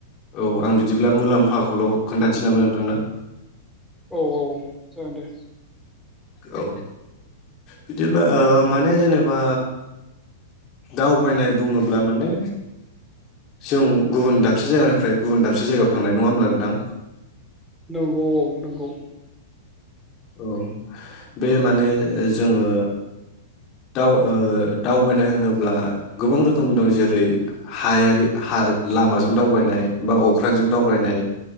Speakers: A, on the left; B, in the centre.
A: औ आं बिदिब्ला मुलाम्फाखौल' खोन्थानोसै नामा नोंथांनो
B: औ औ जागोन दे
A: औ बिदिब्ला ओ माने जेनेबा दावबायनाय बुङोब्ला माने जों गुबुन दाबसे जायगानिफ्राय गुबुन दाबसे जायगायाव थांनाय नङा होमब्ला नोंथां?
B: नंगौ औ नंगौ
A: औ बे माने जोङो दाव ओ दावबायनाय होनोब्ला गोबां रोखोम दं जेरै हायारि हा लामाजों दावबायनाय बा अख्रांजों दावबायनाय